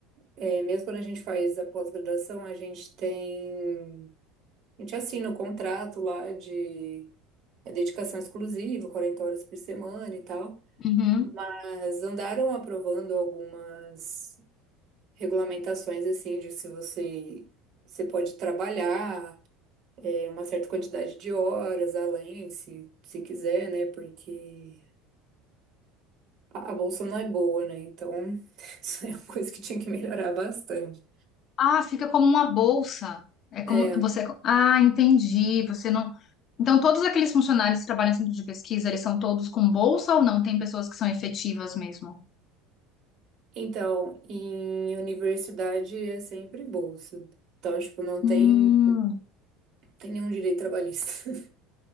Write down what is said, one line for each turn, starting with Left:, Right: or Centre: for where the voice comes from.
Right: é, mesmo quando a gente faz a pós-graduação, a gente tem, a gente assina o contrato lá de é, dedicação exclusiva, 40 horas por semana e tal.
Left: Uhum.
Right: Mas andaram aprovando algumas regulamentações assim de se você você pode trabalhar é, uma certa quantidade de horas além, se, se quiser, né? Porque a, a bolsa não é boa, né? Então, <laughs> isso é uma coisa que tinha que melhorar bastante.
Left: Ah, fica como uma bolsa. É como
Right: É,
Left: você. Ah, entendi. Você não. Então, todos aqueles funcionários que trabalham em centro de pesquisa, eles são todos com bolsa ou não? Tem pessoas que são efetivas mesmo?
Right: então, em universidade é sempre bolsa. Então, tipo, não
Left: Hum,
Right: tem, tem nenhum direito trabalhista. <laughs>